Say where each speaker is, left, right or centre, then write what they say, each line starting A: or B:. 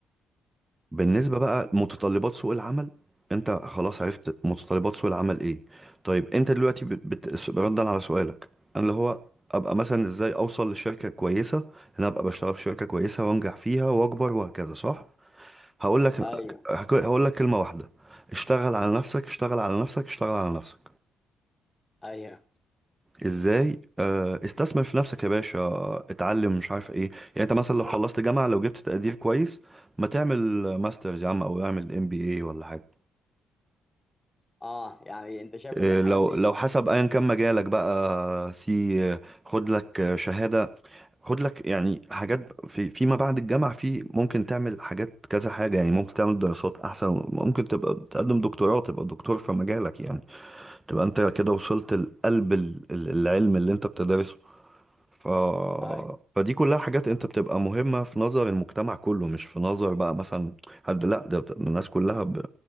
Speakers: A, on the right (about 20°); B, on the left (about 20°).
A: بالنسبه بقى متطلبات سوق العمل انت خلاص عرفت متطلبات سوق العمل ايه طيب انت دلوقتي بت- بت- ردا على سؤالك انا اللي هو ابقى مثلا ازاي اوصل لشركه كويسه إن انا ابقى بشتغل في شركه كويسه وانجح فيها واكبر وهكذا صح هقول لك
B: ايوه
A: هقول لك كلمة واحدة اشتغل على نفسك اشتغل على نفسك اشتغل على نفسك
B: ايوه
A: ازاي آه، استثمر في نفسك يا باشا اتعلم مش عارف ايه يعني انت مثلا لو خلصت جامعة لو جبت تقدير كويس ما تعمل ماسترز يا عم او اعمل ام بي اي ولا حاجة
B: اه يعني انت شايف
A: آه،
B: ان الحاجات
A: لو
B: دي
A: لو حسب ايا كان مجالك
B: جدا
A: بقى سي آه، خد لك آه، شهادة خد لك يعني حاجات في فيما بعد الجامعة في ممكن تعمل حاجات كذا حاجة يعني ممكن تعمل دراسات احسن ممكن تبقى تقدم دكتوراه تبقى دكتور في مجالك يعني تبقى انت كده وصلت لقلب ال- ال- العلم اللي انت بتدرسه ف...
B: طيب.
A: فدي كلها حاجات انت بتبقى مهمة في نظر المجتمع كله مش في نظر بقى مثلا حد لا ده ده الناس كلها ب...